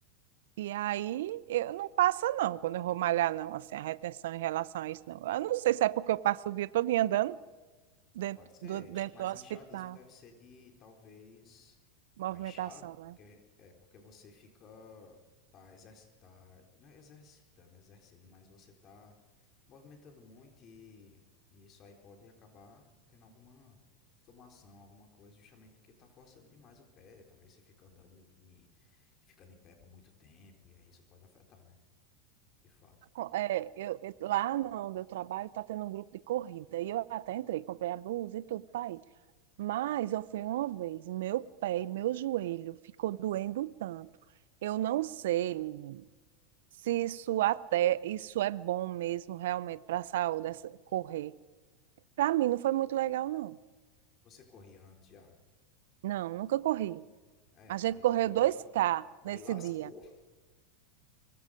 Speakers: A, on the right; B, on the left.
A: E aí eu não passa, não, quando eu vou malhar, não. Assim, a retenção em relação a isso, não. Eu não sei se é porque eu passo o dia todo andando dentro
B: Pode ser,
A: do, dentro
B: incha- mas
A: do hospital.
B: inchadismo deve ser de talvez
A: Movimentação,
B: tá inchado,
A: né?
B: porque é porque você fica tá exerc, tá não é exercitando, é exercendo, mas você tá movimentando muito e, e isso aí pode acabar tendo alguma inflamação, alguma coisa, justamente porque tá forçando demais o pé, talvez você fica andando e, e ficando em pé por muito tempo e aí isso pode afetar, né? De fato.
A: co- é, eu, eu- lá no- onde eu trabalho tá tendo um grupo de corrida. E eu até entrei, comprei a blusa e tudo para ir. Mas eu fui uma vez, meu pé e meu joelho ficou doendo tanto. Eu não sei, menino, se isso até isso é bom mesmo realmente para a saúde, essa- correr. Para mim não foi muito legal, não.
B: Você corria antes já?
A: Não, nunca corri.
B: É,
A: A
B: pois
A: gente correu
B: aí
A: dois
B: <laughs>
A: k
B: aí
A: nesse
B: lascou.
A: dia.